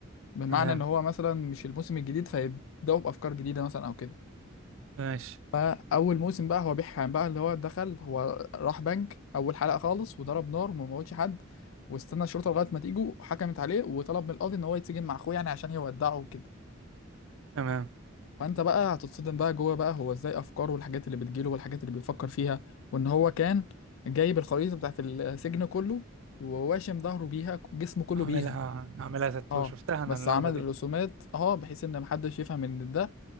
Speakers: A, on the left; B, on the right.
A: بمعنى
B: تمام
A: إن هو مثلا مش الموسم الجديد فيبدأوا بأفكار جديدة مثلا أو كده
B: ماشي
A: فأول موسم بقى هو بيحام بقى اللي هو دخل هو راح بنك أول حلقة خالص وضرب نار وما موتش حد واستنى الشرطة لغاية ما تيجوا حكمت عليه وطلب من القاضي إن هو يتسجن مع أخوه يعني عشان يودعه وكده
B: تمام
A: فانت بقى هتتصدم بقى جوه بقى هو ازاي افكاره والحاجات اللي بتجيله والحاجات اللي بيفكر فيها وان هو كان جايب الخريطه بتاعت السجن كله وواشم ظهره بيها جسمه كله
B: اعملها
A: بيها
B: اعملها تاتو
A: اه
B: شفتها انا
A: بس
B: اللقطة
A: عمل
B: دي
A: الرسومات اه بحيث ان محدش يفهم ان ده